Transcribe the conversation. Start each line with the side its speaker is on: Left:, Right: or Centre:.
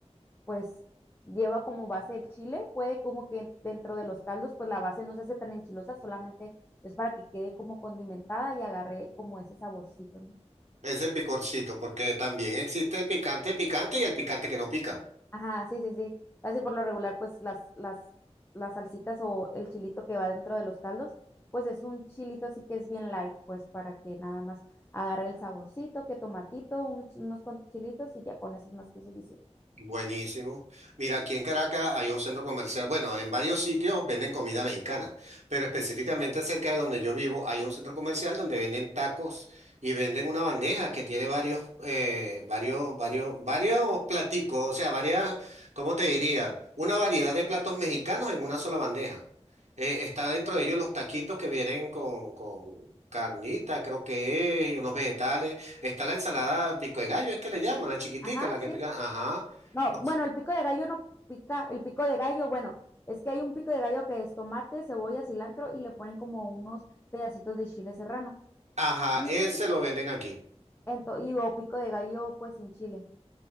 Left: pues lleva como base el chile. Puede como que dentro de los caldos, pues la base no se hace tan enchilosa, solamente es para que quede como condimentada y agarre como ese saborcito, ¿no?
Right: Ese picorcito, porque también existe el picante picante y el picante que no pica.
Left: Ajá, sí, sí, sí. Casi por lo regular, pues las, las, las salsitas o el chilito que va dentro de los caldos, pues es un chilito así que es bien light, pues para que nada más agarre el saborcito, que tomatito, un- unos cuantos chilitos y ya con eso es más que suficiente.
Right: Buenísimo. Mira, aquí en Caracas hay un centro comercial. Bueno, en varios sitios venden comida mexicana, pero específicamente cerca de donde yo vivo hay un centro comercial donde venden tacos y venden una bandeja que tiene varios, eh, varios, varios, varios platicos, o sea, varias, ¿cómo te diría? Una variedad de platos mexicanos en una sola bandeja. Eh, está dentro de ellos los taquitos que vienen con, con carnita, creo que es, y unos vegetales. Está la ensalada pico de gallo, es que le llaman, la chiquitica,
Left: Ajá,
Right: la
Left: sí.
Right: que pican. Ajá.
Left: No,
Right: Con
Left: bueno,
Right: su-
Left: el pico de gallo no pica, el pico de gallo, bueno, es que hay un pico de gallo que es tomate, cebolla, cilantro y le ponen como unos pedacitos de chile serrano.
Right: Ajá,
Left: Y,
Right: ese lo venden aquí.
Left: ento- y o pico de gallo pues sin chile,